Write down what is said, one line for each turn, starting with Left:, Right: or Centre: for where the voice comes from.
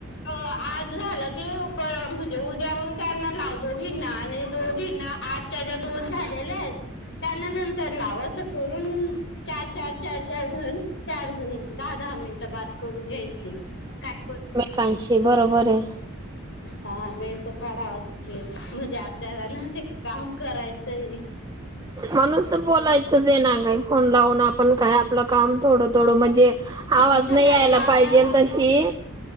Left: अ आज झालं की पर म्हणजे उद्या मंग त्यांना लाव, दोघिंना आणि दोघिंना आजच्या ज्या दोन झालेल्या आहेत त्यांना नंतरच्या लाव, असं करून चार चार चार चार जण चार जणी दहा दहा मिनिटं बात करून घ्यायची, काय पण
Right: कांशी बरोबरये
Left: हा वेळ त काढाव <unintelligible> म्हणजे आपल्याला ना ते काम करायचंय.
Right: म नुस्त बोलाय च देना काय, फोन लावून आपण काय आ आपलं काम थोडं थोडं म्हणजे आवाज
Left: मी सकाळी
Right: नई यायला
Left: लावणार
Right: पाहिजेल,
Left: होते
Right: तशी